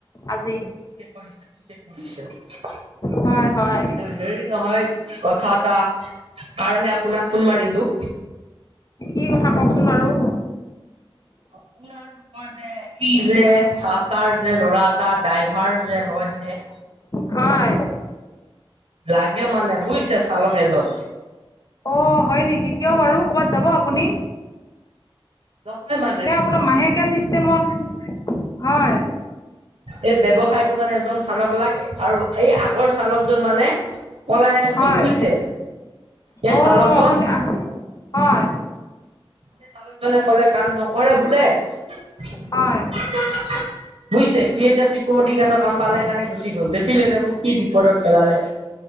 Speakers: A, on the left; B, on the right.
A: আজি।
B: ঠিকে কৰিছা - ঠিকে কৰিছা।
A: হয় -হয়।
B: হেৰি নহয় কথা এটা কাৰণে আপোনাক ফোন মাৰিলো।
A: কি কথা কওকচোন বাৰু?
B: আপোনাৰলোকৰ যে ই যে চা- চাৰ যে ল'ৰা এটা ড্ৰাইভাৰ যে হয় যে
A: হয়।
B: লাগে মানে বুইছে চালক এজন।
A: অ, হয় নেকি কিয় বাৰু ক'বাত যাব আপুনি?
B: নহয় মান
A: নে আপোনাৰ মাহেকীয়া চিষ্টেমত হয়।
B: এই ব্যৱসায়টোৰ কাৰণে এজন চালক লাগে আৰু এই আগৰ চালকজন মানে পলায়ে
A: হয়
B: গল বুইছে সেই
A: অ
B: চালকজন?
A: আপুনি হয়।
B: এ চালকজনে কলে কাম নকৰে বোলে বুইছে
A: হয়
B: সি এতিয়া চিকৰিটি গাৰ্ডৰ কাম পালে কাৰণে গুচি গ'ল দেখিলেনে মোক কি বিপদত পেলালে?